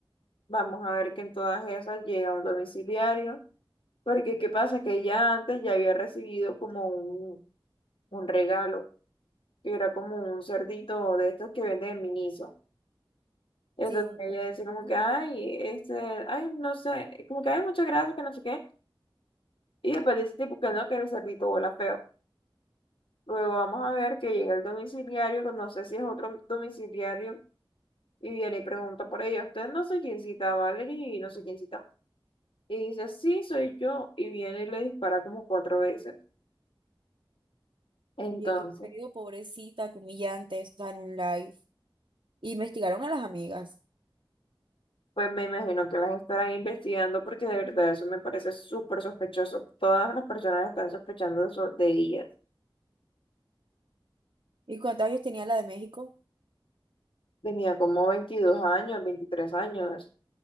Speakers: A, on the left; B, on the right.
A: Vamos a ver que en todas esas llega un domiciliario, porque qué pasa que ella antes ya había recibido como un, un regalo, que era como un cerdito de estos que venden en Miniso. Entonces
B: Sí, un,
A: ella
B: un-
A: decía como
B: un- co-
A: que, ay, este, ay, no sé, como que hay muchas gracias, que no sé qué. Y después dice tipo que no, que el cerdito huele feo. Luego vamos a ver que llega el domiciliario, que no sé si es otro domiciliario Y viene y pregunta por ella, usted no sé quién cita a Valerie y no sé quién cita. Y dice, sí, soy yo. Y viene y le dispara como cuatro veces. Entonces,
B: oye, qué feo, pobrecita, qué humillante, o sea, en un live. Y investigaron a las amigas.
A: pues me imagino que las estarán investigando porque de verdad eso me parece súper sospechoso. Todas las personas están sospechando de, so- de ella.
B: ¿Y cuántos años tenía la de México?
A: Tenía como 22 años, 23 años.